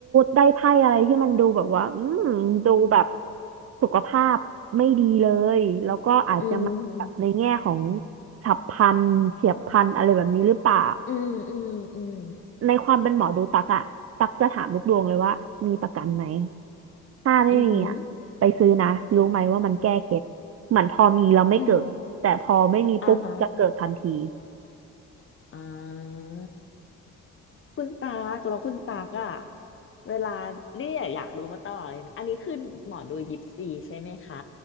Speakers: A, on the right; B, on the left.
A: ได้ไพ่อะไรที่มันดูแบบว่าอืมดูแบบสุขภาพไม่ดีเลยแล้วก็อาจจะมาแบบในแง่ของ
B: อืม
A: ฉับพลันเฉียบพลันอะไรแบบนี้หรือเปล่า
B: อืมอืมอืม
A: ในความเป็นหมอดูตักอะตักจะถามลูกดวงเลยว่ามีประกันไหมถ้าไม่มีอะไปซื้อนะรู้ไหมว่ามันแก้เคล็ดเหมือนพอมีแล้วไม่เกิดแต่พอไม่มีปุ๊บจะเกิดทันที
B: อืมอหืออืมอ่าฮะอ่าคุณตากแล้วคุณตากอะเวลาเรียอยากรู้มาตลอดเลยนะ อันนี้คือหมอดูยิปซีใช่ไหมคะ